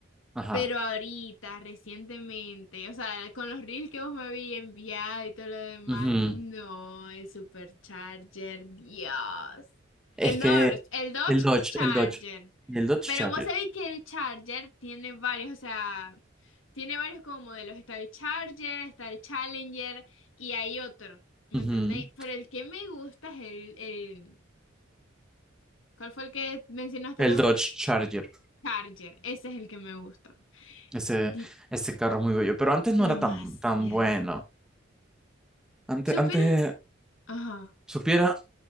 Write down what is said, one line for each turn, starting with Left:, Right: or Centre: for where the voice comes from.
Centre: Ajá.
Left: Pero ahorita, recientemente, o sea, con los reels que vos me habías enviado y todo lo demás,
Centre: Ujú.
Left: no, el Supercharger, Dios.
Centre: Es
Left: El
Centre: que
Left: Dodge, el Dodge
Centre: el Dodge,
Left: Charger.
Centre: el Dodge. Y el Dodge
Left: Pero
Centre: Charger.
Left: vos sabéis que el Charger tiene varios, o sea, tiene varios como modelos. Está el Charger, está el Challenger y hay otro, ¿me
Centre: Ujú.
Left: entendéis? Pero el que me gusta es el, el, ¿cuál fue el que mencionaste
Centre: El
Left: vos?
Centre: Dodge Charger.
Left: Charger, ese es el que me gusta.
Centre: Ese,
Left: Di-
Centre: ese carro es muy bello. Pero antes no
Left: demasiado.
Centre: era tan, tan bueno. Antes,
Left: Supieras-
Centre: antes eh,
Left: Ajá.
Centre: supiera.